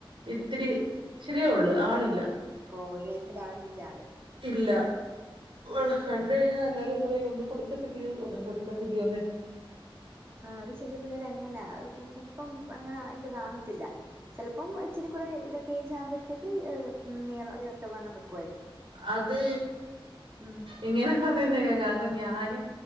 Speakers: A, on the right; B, on the right.
A: ഇത്തിരി ഇത്തിരിയേ ഉള്ളൂ ആളില്ല.
B: ഓഹ് ഒരു ൾവയസിന്റെ ആളില്ലാള്.
A: ഇല്ല വളേ കണ്ട്
B: ഉം
A: കഴിഞ്ഞാ എല്ലാരും പറയ ഒന്നും കൊടുക്കത്തില്ലയോ ഒന്നും കൊടുക്കത്തില്ലയോന്ന്?
B: ഹഹ്അത് ചെലപിള്ളേര് അങ്ങനാ കുപ്പം അങ്ങനെ ഇത് കാണത്തില്ല. ചിലപ്പം ഇച്ചിരി കൂടെ ഇതൊക്കെ ഏജ കുമ്പഴത്തേക്ക് നീളം ഇതൊക്കെ വണ്ണം വെക്കും.
A: അത്.
B: ഉം
A: ഇങ്ങനെ പറയുന്നേക കാരണം ഞാനും